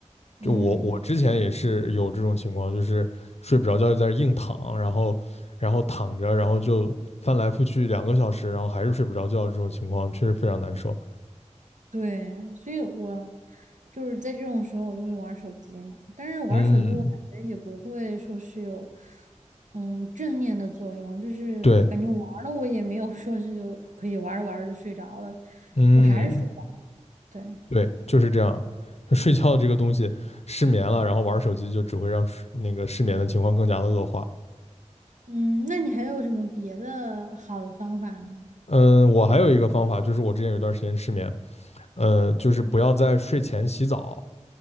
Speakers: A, on the right (about 85°); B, on the left (about 60°).
A: 嗯，
B: 就我我之前也是有这种情况，
A: 是，
B: 就是睡不着觉就在那儿硬躺，然后然后躺着，然后就翻来覆去两个小时，然后还是睡不着觉，这种情况确实非常难受。
A: 对，所以我就是在这种时候我就会玩儿手机嘛，但是玩儿手机我感觉也不会说是有
B: 嗯，
A: 嗯正面的作用，就是感觉玩儿了我也没有说是就可以玩儿着玩儿着就睡着了，
B: 对，嗯，
A: 就还是睡不着。对，
B: 对，就是这样。就睡觉这个东西，失眠了，然后玩手机就只会让睡那个失眠的情况更加的恶化。
A: 嗯，那你还有什么别的好的方法吗？
B: 嗯，我还有一个方法，就是我之前有一段时间失眠，呃，就是不要在睡前洗澡，